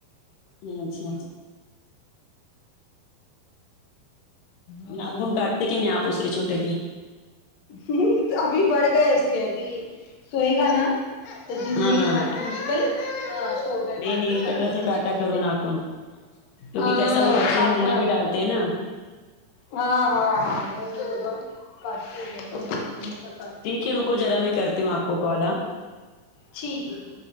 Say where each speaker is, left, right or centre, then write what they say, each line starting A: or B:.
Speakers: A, on the left; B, on the left.
A: اچھا
B: اور
A: ناخن
B: بولیے
A: کاٹتے کہ نہیں اپ اس کے چھوٹے کے
B: ہم ابھی بڑھ گئے اس کے ابھی سوئے گانا تو دن
A: ہاں ہاں
B: کارٹون کل سو گئے
A: نہیں
B: باتھ
A: نیل
B: ہی کرنا
A: کٹر سے
B: پیرے
A: کاٹا
B: گا اس
A: کرو
B: کے
A: ناخن کیونکہ
B: ہاں
A: کیسا وہ بچے
B: کاٹنے
A: منہ میں
B: اج
A: بھی ڈالتے
B: کو
A: ہیں نا
B: ہاں ہاں ہاں نہیں کاٹتی ہمیشہ <unintelligible> کر
A: ٹھیک ہے رکو ذرا میں کرتی ہوں اپ کو کال ہاں
B: ٹھیک ہے